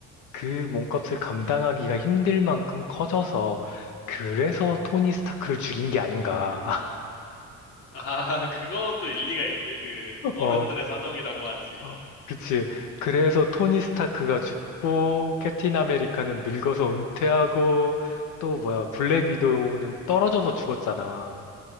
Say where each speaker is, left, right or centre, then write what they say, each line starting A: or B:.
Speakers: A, on the left (about 75°); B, on the left (about 50°).
A: 그 몸값을 감당하기가 힘들 만큼 커져서, 그래서 토니 스타크를 죽인 게 아닌가.
B: 아, <laughs> 그것도 일리가 있대. 그,
A: <laughs>
B: 어른들의
A: 어,
B: 사정이라고 하지.
A: 어, 그치. 그래서 토니 스타크가 죽고, 캡틴 아메리카는 늙어서 은퇴하고, 또 뭐야, 블랙 위도우는 떨어져서 죽었잖아.